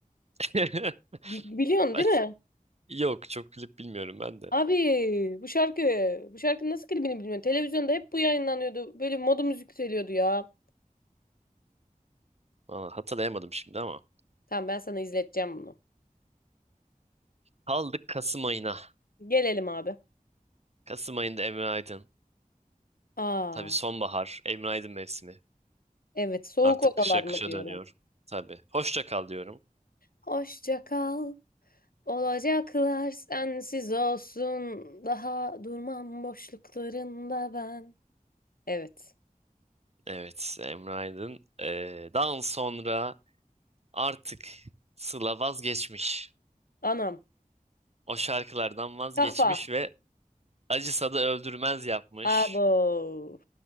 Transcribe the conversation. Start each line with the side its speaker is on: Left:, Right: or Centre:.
Right: <laughs>
Left: Bi- biliyorsun
Right: Ben
Left: değil mi?
Right: yok çok klip bilmiyorum ben de.
Left: Abi bu şarkı, bu şarkının nasıl klibini bilmiyorum. Televizyonda hep bu yayınlanıyordu. Böyle modumuz yükseliyordu ya.
Right: Vallahi hatırlayamadım şimdi ama.
Left: Tamam ben sana izleteceğim bunu.
Right: Kaldık Kasım ayına.
Left: Gelelim abi.
Right: Kasım ayında Emre Aydın.
Left: Aa,
Right: Tabii sonbahar. Emre Aydın mevsimi.
Left: evet soğuk
Right: Artık
Left: odalar
Right: kışa kışa
Left: mı diyorum.
Right: dönüyor. Tabii. Hoşça kal diyorum.
Left: Hoşça kal. Olacaklar sensiz olsun. Daha durmam boşluklarında ben. Evet.
Right: Evet Emre Aydın. Ee, daha sonra artık Sıla vazgeçmiş.
Left: Anam.
Right: O şarkılardan vazgeçmiş
Left: Kafa.
Right: ve acısa da öldürmez yapmış.
Left: Abo.